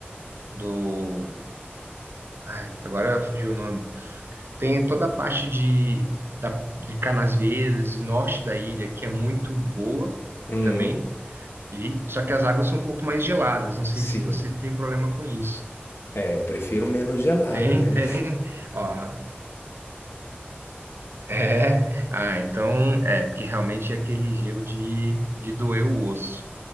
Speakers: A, on the right (about 65°); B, on the left (about 75°).
A: do Ai, agora fugiu o nome. Tem toda a parte de, da, de Canasvieiras e norte da ilha, que é muito boa
B: hum,
A: também. E, só que as águas são um pouco mais geladas. Não sei
B: sim.
A: se você tem problema com isso.
B: É, prefiro menos gelada,
A: Tem,
B: né?
A: tem. Ó, <laughs> é. Ah, então é, porque realmente é aquele gelo de, de doer o osso.